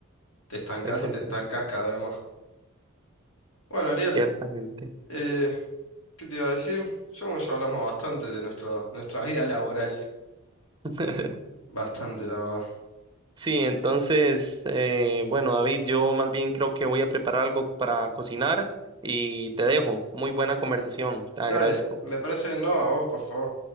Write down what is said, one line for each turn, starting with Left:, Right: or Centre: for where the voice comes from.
Left: Te estancas
Right: eso
Left: y
Right: mismo,
Left: te estancas cada vez más. Bueno, Ariel,
Right: ciertamente.
Left: eh, ¿qué te iba a decir? Ya hemos- ya hablamos bastante de nuestro, nuestra vida laboral.
Right: <laughs>
Left: Bastante, la verdad.
Right: Sí, entonces, eh, bueno, David, yo más bien creo que voy a preparar algo para cocinar y te dejo. Muy buena conversación, te agradezco.
Left: Dale, me parece, no, a vos, por favor.